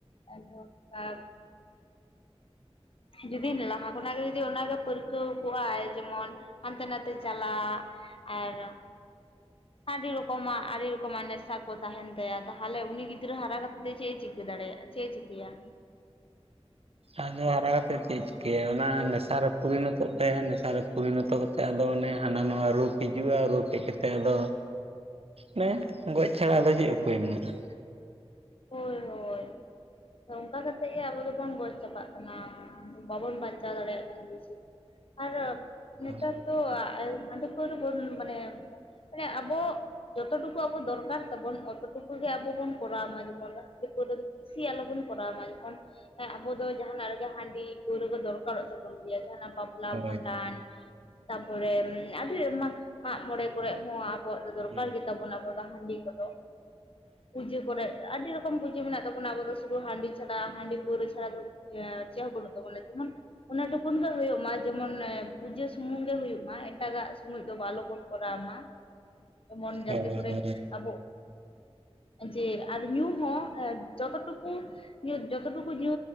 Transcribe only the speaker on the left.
ᱟᱫᱚ <unintelligible> ᱡᱩᱫᱤ ᱞᱟᱦᱟ ᱠᱷᱚᱱᱟᱜ ᱜᱮ ᱡᱩᱫᱤ ᱚᱱᱟᱜᱮ ᱯᱟᱹᱨᱠᱟᱹᱣ ᱠᱚᱜᱼᱟᱭ᱾ ᱡᱮᱢᱚᱱ ᱦᱟᱱᱛᱮ ᱱᱟᱛᱮ ᱪᱟᱞᱟᱜ ᱟᱨ ᱟᱹᱰᱤ ᱨᱚᱠᱚᱢᱟᱜ ᱟᱹᱰᱤ ᱨᱚᱠᱚᱢᱟᱜ ᱱᱮᱥᱟ ᱠᱚ ᱛᱟᱦᱮᱱ ᱛᱟᱭᱟ᱾ ᱛᱟᱦᱞᱮ ᱩᱱᱤ ᱜᱤᱫᱽᱨᱟᱹ ᱦᱟᱨᱟ ᱠᱟᱛᱮ ᱪᱮᱫ ᱮ ᱪᱤᱠᱟᱹ ᱫᱟᱲᱮᱭᱟᱜᱼᱟ ᱾ ᱪᱮᱜ ᱮ ᱪᱤᱠᱟᱹᱭᱟ?
ᱦᱚᱭ ᱦᱚᱭ᱾ ᱟᱫᱚ ᱚᱝᱠᱟ ᱠᱟᱛᱮᱜ ᱜᱮ ᱟᱵᱚ ᱫᱚᱵᱚᱱ ᱜᱚᱡ ᱪᱟᱵᱟᱜ ᱠᱟᱱᱟ᱾ ᱵᱟᱵᱚᱱ ᱵᱟᱧᱪᱟᱣ ᱫᱟᱲᱮᱭᱟᱜ ᱠᱟᱱᱟ ᱵᱤᱥᱤ᱾ ᱟᱨᱚ ᱱᱮᱛᱟᱨ
ᱫᱚ ᱟ ᱦᱟᱺᱰᱤ ᱯᱟᱣᱨᱟᱹ ᱵᱳᱴᱚᱱ ᱢᱟᱱᱮ ᱢᱟᱱᱮ ᱟᱵᱚ ᱡᱚᱛᱚ ᱴᱩᱠᱩ ᱟᱵᱚ ᱫᱚᱨᱠᱟᱨ ᱛᱟᱵᱚᱱ ᱚᱛᱚ ᱴᱩᱠᱩ ᱜᱮ ᱟᱵᱚ ᱵᱚᱱ ᱠᱚᱨᱟᱣ ᱢᱟ᱾ ᱡᱮ ᱢᱚᱱ ᱦᱟᱹᱨᱤ ᱫᱚ ᱠᱤᱥᱤ ᱟᱞᱚᱵᱚᱱ ᱠᱚᱨᱟᱣ ᱢᱟ ᱡᱮᱢᱚᱱ ᱦᱮᱸ ᱟᱵᱚ ᱫᱚ ᱡᱟᱦᱟᱸᱱᱟᱜ ᱨᱮᱜᱮ ᱦᱟᱺᱰᱤ ᱯᱟᱹᱣᱨᱟᱹ ᱫᱚᱨᱠᱟᱨᱚᱜ ᱛᱟᱵᱚᱱ ᱜᱮᱭᱟ᱾ ᱡᱟᱦᱟᱸᱱᱟᱜ ᱵᱟᱯᱞᱟ, ᱵᱷᱟᱸᱰᱟᱱ
ᱛᱟᱯᱚᱨᱮ ᱟᱹᱰᱤ ᱮᱢᱟᱱ ᱢᱟᱜᱽ ᱢᱚᱬᱮ ᱠᱚᱨᱮ ᱦᱚᱸ ᱟᱵᱚᱣᱟᱜ ᱫᱚ ᱫᱚᱨᱠᱟᱨ
ᱜᱮ ᱛᱟᱵᱚᱱᱟ ᱟᱵᱚ ᱫᱚ ᱦᱟᱺᱰᱤ ᱠᱚᱫᱚ᱾ ᱯᱩᱡᱟᱹ ᱠᱚᱨᱮᱜ ᱾ ᱟᱹᱰᱤ ᱨᱚᱠᱚᱢ ᱯᱩᱡᱟᱹ ᱢᱮᱱᱟᱜ ᱛᱟᱵᱚᱱᱟ, ᱟᱵᱚ ᱫᱚ ᱥᱩᱫᱩ ᱦᱟᱺᱰᱤ ᱪᱷᱟᱰᱟ ᱦᱟᱺᱰᱤ ᱯᱟᱹᱣᱨᱟᱹ ᱪᱷᱟᱲᱟ ᱫᱚ ᱮᱸ ᱪᱮᱫ ᱦᱚᱸ ᱵᱟᱹᱱᱩᱜ ᱛᱟᱵᱚᱱᱟ ᱡᱮᱢᱚᱱ ᱚᱱᱟ ᱴᱩᱠᱩᱱ ᱜᱮ ᱦᱩᱭᱩᱜ ᱢᱟ ᱡᱮᱢᱚᱱ ᱱᱮ ᱯᱩᱡᱟᱹ ᱥᱩᱢᱩᱝ ᱜᱮ ᱦᱩᱭᱩᱜ ᱢᱟ᱾ ᱮᱴᱟᱜᱟᱜ ᱥᱩᱢᱚᱭ ᱫᱚ ᱵᱟ ᱟᱞᱚᱵᱚᱱ ᱠᱚᱨᱟᱣ ᱢᱟ᱾ ᱡᱮᱡᱚᱱ ᱡᱟᱛᱮ
ᱠᱚᱨᱮ
ᱟᱵᱚ ᱡᱮ ᱟᱨ ᱧᱩ ᱦᱚᱸ ᱮ ᱡᱚᱛᱚ ᱴᱩᱠᱩ ᱡᱚᱛᱚ ᱴᱩᱠᱩ ᱧᱩ